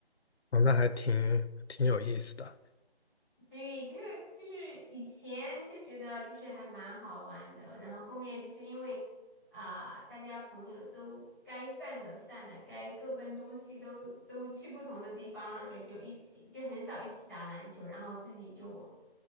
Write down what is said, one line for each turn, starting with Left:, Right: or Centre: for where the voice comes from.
Left: 哦，那还挺挺有意思的。
Centre: 对，就是就是以前就觉得就是还蛮好玩的，然后后面就是因为啊、大家朋友都该散的散了，该各奔东西都都去不同的地方了，所以就一起就很少一起打篮球，然后自己就